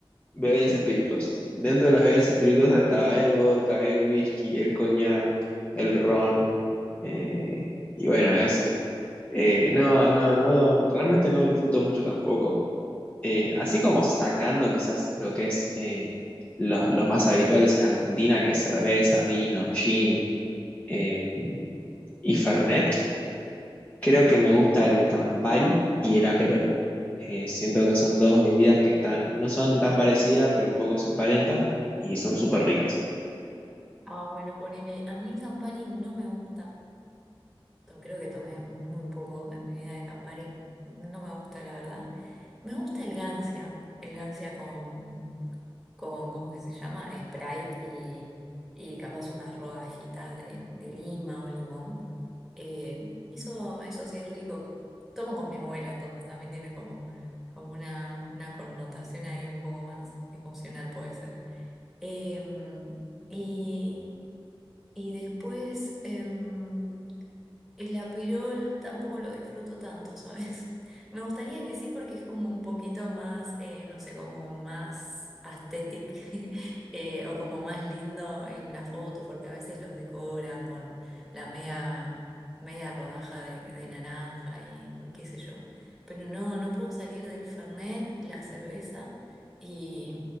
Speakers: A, on the left; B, in the centre.
A: bebidas espirituosas. Dentro de las bebidas espirituosas estaba el vodka, el whisky, el coñac, el ron, eh, y bueno, eso. Eh, no, no, no, realmente no disfruto mucho tampoco. Eh, así como sacando quizás lo que es eh, lo- los más habituales en Argentina, que es cerveza, vino, gin eh, y fernet. Creo que me gusta el Campari y el Aperol. Eh, siento que son dos bebidas que están, no son tan parecidas, pero un poco se emparentan y son súper ricas.
B: Ah, bueno, ponele, a mí el Campari no me gusta. To- Creo que tomé muy poco en mi vida de Campari. No me gusta, la verdad. Me gusta el Gancia. El Gancia con, con ¿cómo que se llama? Sprite y, y capaz unas rodajitas de, de lima o limón. Eh, eso, eso sí es rico. Tomo con mi abuela, entonces también tiene como, como una, una connotación ahí un poco más emocional, puede ser. Em, y... Y después, em, el apirol tampoco lo disfruto tanto, ¿sabes? <laughs> Me gustaría que sí porque es como un poquito más, eh, no sé, como más aesthetic <laughs> eh, o como más lindo en las fotos porque a veces los decoran con la media, media rodaja de, de naranja y, y qué sé yo. Pero no, no puedo salir del Fernet, la cerveza y,